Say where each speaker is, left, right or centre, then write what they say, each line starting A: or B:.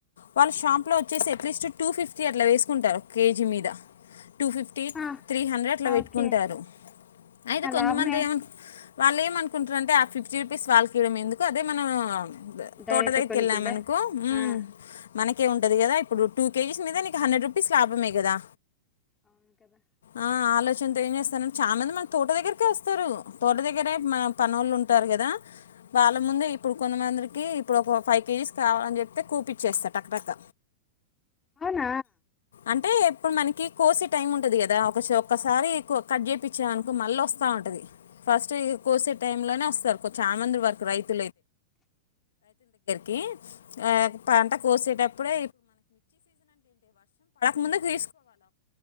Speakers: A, on the left; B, on the left.
A: వాళ్ళు షాప్లో వచ్చేసి అట్లీస్ట్ టూ ఫిఫ్టీ అట్లా వేసుకుంటారు కేజీ మీద టూ ఫిఫ్టీ
B: ఆ
A: త్రీ హండ్రెడ్ అట్లా పెట్టుకుంటారు
B: ఓకే
A: అయితే
B: ఆ
A: కొంతమంది
B: లాభమే
A: ఏమన్ వాళ్ళు ఏమనుకుంటారంటే ఆ ఫిఫ్టీ రూపీస్ వాళ్ళకి ఇయ్వడం ఎందుకు అదే మనం
B: డైరెక్టే
A: తోట దగ్గరికి
B: కొనుకుంటె
A: వెళ్ళామనుకో "మ్మ్,
B: ఆ
A: మనకే ఉంటది కదా ఇప్పుడు టూ కేజీస్ మీద నీకు హండ్రెడ్ రూపీస్ లాభమే కదా
B: అవును కదా
A: ఆ ఆలోచన్తో ఏం చేస్తానన్ చాలా మంది మన తోట దగ్గరకే వస్తరు తోట దగ్గరే మనక్ పనోళ్ళు ఉంటారు కదా వాళ్ళ ముందే ఇప్పుడు కొంతమందికి ఇప్పుడు ఒక ఫైవ్ కేజీస్ కావాలని చెప్తే కోపిచ్చేస్తారు టక్ టక్క
B: ఔనా
A: అంటే ఎప్పు మనకి కోసే టైం ఉంటది గదా ఒక ఒక్కసారి కట్ చేపిచ్చిమనుకో మళ్ళీ ఒస్తా ఉంటది ఫస్ట్ ఇ కోసెట్ టైంలోనే ఒస్తరు కీ అ పంట కోసేటప్పుడే ముందు కి